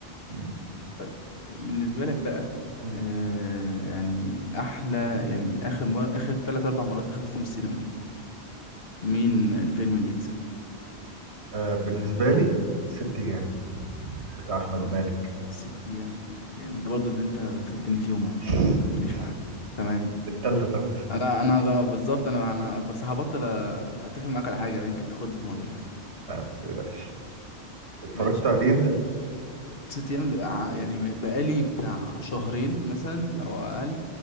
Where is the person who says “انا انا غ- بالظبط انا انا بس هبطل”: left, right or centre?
Left